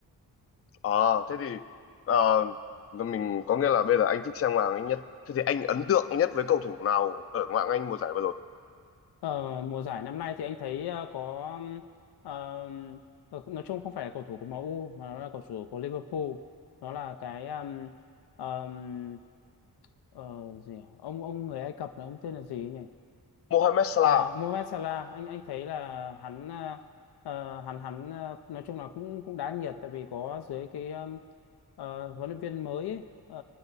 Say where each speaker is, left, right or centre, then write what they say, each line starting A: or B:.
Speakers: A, on the left; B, on the left.
A: À thế thì ờ, mình có nghĩa là bây giờ anh thích xem Ngoại hạng Anh nhất. Thế thì anh ấn tượng nhất với cầu thủ nào ở Ngoại hạng Anh mùa giải vừa rồi?
B: Ờ, mùa giải năm nay thì anh thấy ờ, có ừm, ờm, ờ, nói chung không phải là cầu thủ của MU mà nó là cầu thủ của Liverpool nó là cái ừm, ờm, ờ, gì nhỉ? ông ông người Ai Cập là ông tên là gì nhỉ
A: Mohamed Salah.
B: À, Mohamed Salah anh anh thấy là hắn à, ờ, hắn hắn à, nói chung là cũng cũng đá nhiệt tại vì có dưới cái um, ờ, huấn luyện viên mới ấy, ờ,